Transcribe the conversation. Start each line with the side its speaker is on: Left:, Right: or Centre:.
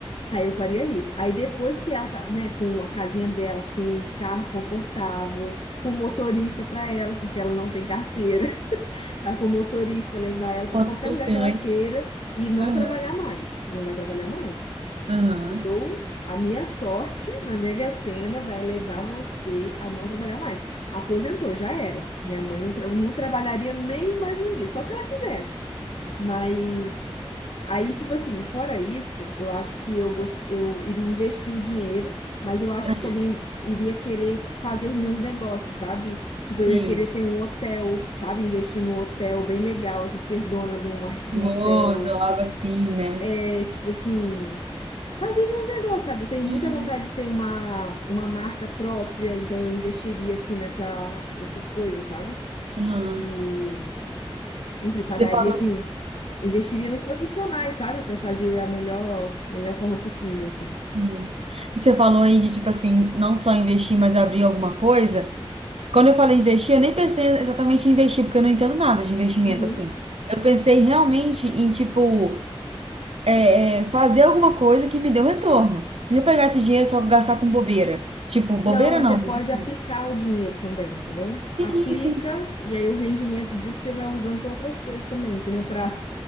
Left: Aí eu faria isso. Aí depois que ela tá, né, com a casinha dela, com um carro confortável, com motorista pra ela, porque ela não tem carteira, <laughs> tá com motorista pra levar ela pra
Right: Ponto
Left: qualquer
Right: importante.
Left: lugar que ela queira e não
Right: Aham,
Left: trabalhar mais, não vai trabalhar mais.
Right: aham,
Left: Eu, a minha sorte na Mega Sena vai levar você a não trabalhar mais. Aposentou, já era. Minha mãe não, tra- não trabalharia nem mais um dia, só se ela quisesse. Mas Aí, tipo assim, fora isso, eu acho que eu, gost... eu iria investir o dinheiro, mas eu acho
Right: aham.
Left: que eu também iria querer fazer meus negócios, sabe? Tipo, eu
Right: Sim,
Left: ia querer ter um hotel, sabe? Investir num hotel bem legal, assim, ser dona de, uma...
Right: chimoso,
Left: de um hotel.
Right: algo assim, né?
Left: É, tipo assim, fazer meus negócios, sabe? Eu tenho muita
Right: Uhum.
Left: vontade de ter uma, uma marca própria, então eu investiria, assim, nessa... nessas coisas, sabe?
Right: Aham.
Left: E, enfim, pagaria,
Right: Você fa-
Left: assim, investiria nos profissionais, sabe? Para fazer a melhor, melhor forma possível, assim.
Right: Sim. Você falou aí de, tipo assim, não só investir, mas abrir alguma coisa. Quando eu falei investir, eu nem pensei exatamente em investir, porque eu não entendo nada de investimento,
Left: Uhum.
Right: assim. Eu pensei realmente em, tipo, é, é, fazer alguma coisa que me deu retorno. Não pegar esse dinheiro só pra gastar com bobeira. Tipo, bobeira
Left: Não, mas
Right: não.
Left: você pode
Right: mas, tipo,
Left: aplicar o dinheiro também, entendeu? Aplica
Right: Sim, sim,
Left: e aí o rendimento disso você vai usando para outras coisas também, entendeu? Para